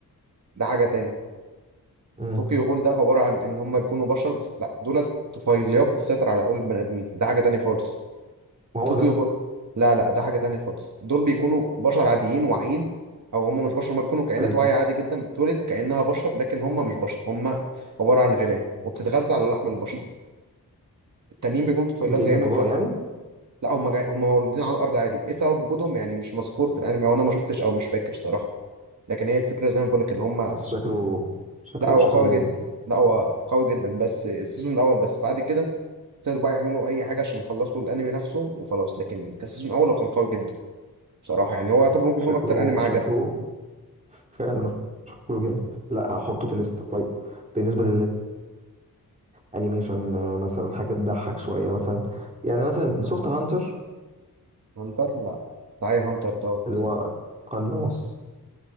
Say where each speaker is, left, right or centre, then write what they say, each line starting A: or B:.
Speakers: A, on the right (about 50°); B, on the right (about 20°).
A: ده حاجه تاني
B: مم.
A: طوكيو جول ده عباره عن ان هم بيكونوا بشر بس لا دولت طفيليات بتسيطر على عقول البني ادمين ده حاجه تاني خالص
B: ما هو
A: طوكيو
B: ده
A: غول لا لا ده حاجة تانية خالص دول بيكونوا بشر عاديين واعيين او هم مش بشر هم بيكونوا كائنات
B: حلو
A: واعية عادي جدا بتتولد كأنها بشر لكن هم مش بشر هم عبارة عن غيران وبتتغذى على لحم البشر التانيين بيكونوا طفيلات
B: جاي
A: جايين
B: من فضاء
A: من كوكب
B: يعني
A: لا هم جاي... هم مولودين على الارض عادي ايه سبب وجودهم يعني مش مذكور في الانمي او انا ما شفتش او مش فاكر صراحة لكن هي الفكرة زي ما بقول لك ان هم
B: بس شكله شكله
A: لا هو
B: شكله
A: قوي
B: جامد
A: جدا لا هو قوي جدا بس السيزون الاول بس بعد كده ابتدوا بقى يعملوا اي حاجة عشان يخلصوا الانمي نفسه وخلاص لكن كان السيزون الاول هو كان قوي جدا بصراحة يعني هو يعتبر ممكن
B: شكله
A: يكون أكتر أنمي
B: شكله
A: عجب
B: فعلا شكله جامد لا هحطه في الليست طيب بالنسبة للانيميشن آه، مثلا حاجة تضحك شوية مثلا يعني مثلا شفت هانتر
A: هانتر لا تعالى هانتر دوت
B: اللي هو قناص